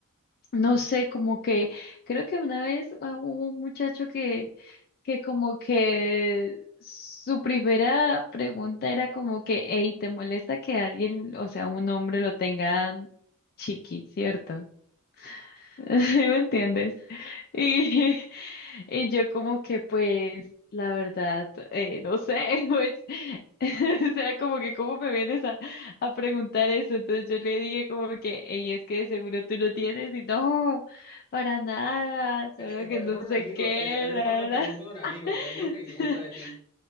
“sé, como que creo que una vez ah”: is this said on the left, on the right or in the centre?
Left